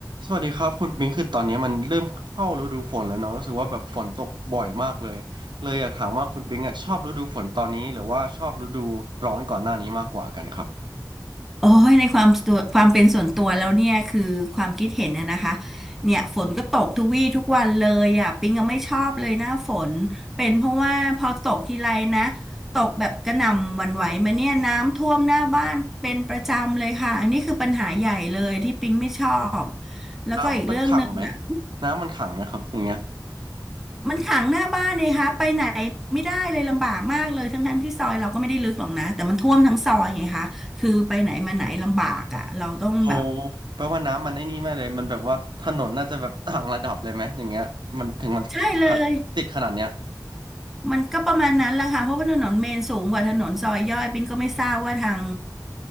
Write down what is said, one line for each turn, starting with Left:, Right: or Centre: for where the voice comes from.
Right: สวัสดีครับคุณปิงคือตอนนี้มันเริ่มเข้าฤดูฝนแล้วเนาะรู้สึกว่าแบบฝนตกบ่อยมากเลยเลยอยากถามว่าคุณปิงอ่ะชอบฤดูฝนตอนนี้หรือว่าชอบฤดูร้อนก่อนหน้านี้มากกว่ากันครับ
Centre: โอ้ยในความตัวความเป็นส่วนตัวแล้วเนี่ยคือความคิดเห็นนะนะคะเนี่ยฝนก็ตกทุกวี่ทุกวันเลยอ่ะปิงก็ไม่ชอบเลยหน้าฝนเป็นเพราะว่าพอตกทีไรนะตกแบบกระหน่ำหวั่นไหวมาเนี่ยน้ำท่วมหน้าบ้านเป็นประจำเลยค่ะอันนี้คือปัญหาใหญ่เลยที่ปิงไม่ชอบแล้วก็อีกเรื่องหนึ่งอ่ะ
Right: น้ำมันขังไหมน้ำมันขังไหมครับอย่างเงี้ย
Centre: มันขังหน้าบ้านเลยค่ะไปไหนไม่ได้เลยลำบากมากเลยทั้งๆที่ซอยเราก็ไม่ได้ลึกหรอกนะแต่มันท่วมทั้งซอยไงคะคือไปไหนมาไหนลำบากอ่ะเราต้องแบบ
Right: โอ้แปลว่าน้ำมันไอ้นี่แม่เลยมันแบบว่าถนนน่าจะแบบต่างระดับเลยไหมอย่างเงี้ยมันถึงมันขะติดขนาดเนี้ย
Centre: ใช่เลย มันก็ประมาณนั้นแหละค่ะ เพราะว่าถนนเมนสูงกว่าถนนซอยย่อย ปิ้งก็ไม่ทราบว่าทาง